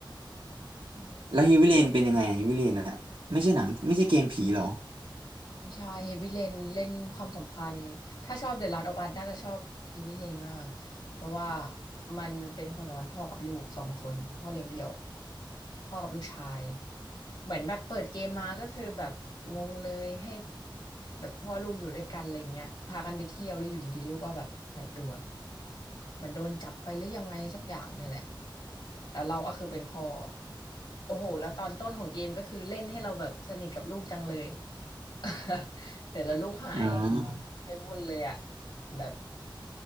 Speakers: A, on the left; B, on the right.
A: อืม
B: แล้วเฮฟวีเรนเป็นยังไงเฮฟวเรนอะไม่ใช่หนังไม่ใช่เกมผีเหรอ
A: ไม่ใช่เฮฟวี่เลนเล่นความสัมพันธ์ถ้าชอบเดอะลาสต์ออัสน่าจะชอบเฮฟวี่เลนมากเพราะว่ามันเป็นความสัมพันธ์พ่อกับลูกสองคนพ่อเลี้ยงเดี่ยวพ่อกับลูกชายเหมือนแบบเปิดเกมมาก็คือแบบงงเลยให้แบบพ่อลูกอยู่ด้วยกันอะไรเงี้ยพากันไปเที่ยวแล้วอยู่ดีๆลูกก็แบบหายตัวเหมือนโดนจับไปหรือยังไงสักอย่างเนี่ยแหละแล้วเราก็คือเป็นพ่อโอ้โหแล้วตอนต้นของเกมก็คือเล่นให้เราแบบสนิทกับลูกจังเลย <laughs> เสร็จแล้วลูกหาย
B: อ๋อ
A: หายวุ่นเลยอ่ะแบบ